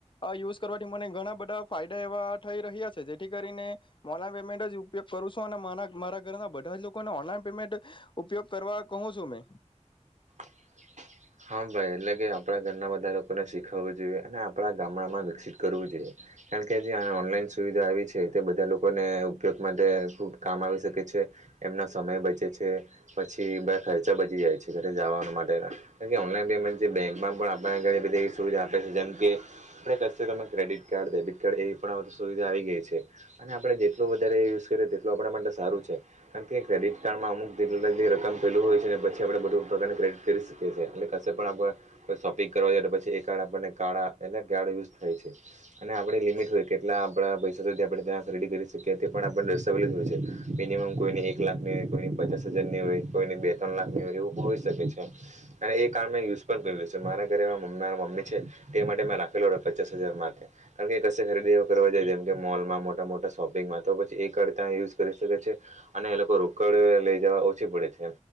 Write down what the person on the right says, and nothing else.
<inaudible> હા ભાઈ એટલે કે આપણા ઘરના બધા લોકોને શીખવવું જોઈએ અને આપણા ગામડામાં વિકસિત કરવું જોઈએ કારણ કે જે આ ઓનલાઈન સુવિધા આવી છે તે બધા લોકોને ઉપયોગ માટે ખૂબ કામ આવી શકે છે એમના સમય બચે છે પછી બ ખર્ચા બચી જાય છે ઘરે જવા માટેના ઓનલાઈન પેમેન્ટ છે બેંકમાં પણ આપને ઘણી બધી એવી સુવિધા આપે છે જેમ કે આપણે ક તમે ક્રેડિટ કાર્ડ ડેબિટ કાર્ડ એવી પણધ સુવિધા આવી ગઈ છે અને આપણે જેટલોું વધારે યુઝ કરીએ તેટલું આપણા માટે સારું છે કારણ કે ક્રેડટ કાર્ડમાં અમુક જેટલા રકમ પેલું હોય છે અને પછી આપડણે બધું પ્રકાર ક્ર્રેડિટ કરી શકીએ છીએ એટલે કશે પણ આપણે કોઈ શોપિંગ કરવા જોઈએ તો પછી એ કાર્ળ આપણને કાળા એટલે કાળ યુઝ થાય છે અને આપડે લિમિટ હોય કે એટલા આપણા પૈસા સુધી આપણે ત્યાં ખરીદી કરી શકીએ તે પણ આપણને દસ્તાવેલજ હોય છે મિનિમમ કોઈને એક લાખની કોઈની પચાસ હજાર ની હોય કોઈની બે ત્રણ લાખ ની હોય એવું હોઈ શકે છે અને એ કાર્ણ મેં યુઝ પણ કરી્યું છે મારા ઘરે મમ્મ મમ્મી છે તે માટે મેં રાખેલો ઓર્ડર પચાસ હજાર માટે કારણ કે કશે ખરીદી કરવા જાય જેમ કે મોલમાં મોટા મોટા શોપિંગમાં તો પછી એક અડતા યુઝ કરી શકે છે અને એ લોકો રોકડ લઈ જવા ઓછી પડે છે